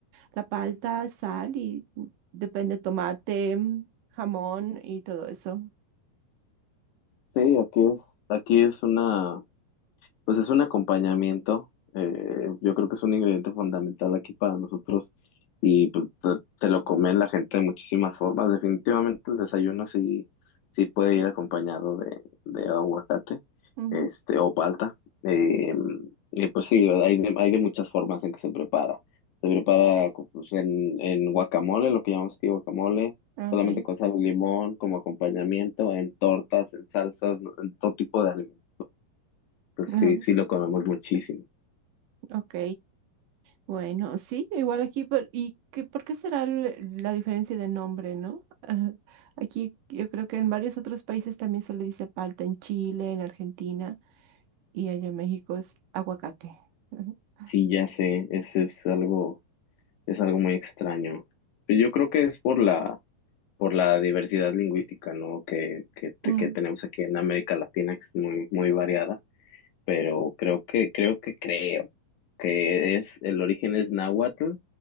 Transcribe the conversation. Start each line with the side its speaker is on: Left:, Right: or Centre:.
Right: la palta, sal y mm, depende tomate, mm, jamón y todo eso.
Left: Sí, aquí es, aquí es una. Pues es un acompañamiento, eh, yo creo que es un ingrediente fundamental aquí para nosotros y pues te, te lo comen la gente de muchísimas formas. Definitivamente el desayuno sí, sí puede ir acompañado de, de aguacate,
Right: Ujú,
Left: este, o palta. eh, y pues sí, hay de, hay de muchas formas en que se prepara. Se prepara co- pues, en, en guacamole, lo que llamamos aquí guacamole,
Right: ah,
Left: solamente
Right: Ok,
Left: con sal y limón como acompañamiento, en tortas, en salsas, en todo tipo de alimentos.
Right: <laughs>
Left: Pues
Right: no,
Left: sí, sí lo comemos muchísimo.
Right: ok. Bueno, sí, igual aquí, por- ¿y qué, por qué será el- la diferencia de nombre, no? <laughs> Ajá. Aquí yo creo que en varios otros países también se le dice palta, en Chile, en Argentina, y allá en México es aguacate. Ajá.
Left: Sí, ya sé, es, es algo, es algo muy extraño. Pero yo creo que es por la, por la diversidad lingüística, ¿no? Que, que, te-
Right: Mm,
Left: que tenemos aquí en América Latina, que es muy, muy variada. Pero creo que, creo que creo que es, el origen es náhuatl